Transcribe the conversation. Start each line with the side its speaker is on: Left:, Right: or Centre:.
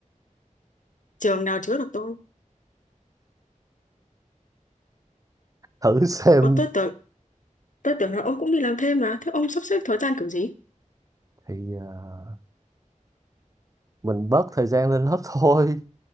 Left: trường nào chứa được tôi
Right: thử <laughs> xem
Left: Ủa, tôi tưởng tôi tưởng là ông cũng đi làm thêm mà thế ông sắp xếp thời gian kiểu gì
Right: thì ờ, mình bớt thời gian lên lớp <laughs> thôi